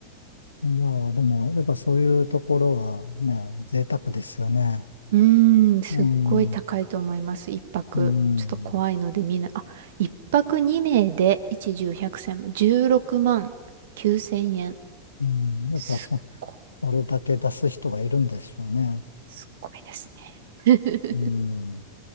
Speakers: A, on the left; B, on the right.
A: いやー、でも、やっぱそういうところはね、贅沢ですよね。
B: うーん、すっごい高いと思います。
A: うん、う
B: 一泊。
A: ん、
B: ちょっと怖いので見ない。あ、一泊二名で一重百千万、16万9千円。
A: うん。やっぱそ、
B: すっごい、
A: それだけ出す人がいるんですよね。
B: すっごいですね。<laughs>
A: うん。